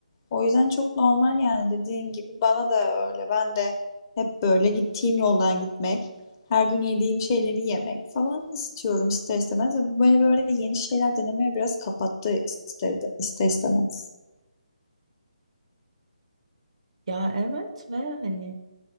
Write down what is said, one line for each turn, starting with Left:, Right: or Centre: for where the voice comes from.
Left: O yüzden çok normal yani dediğin gibi bana da öyle. Ben de hep böyle gittiğim yoldan gitmek, her gün yediğim şeyleri yemek falan istiyorum ister istemez. Ve bu beni böyle yeni şeyler denemeye biraz kapattı ister, ister istemez.
Right: Ya evet ve hani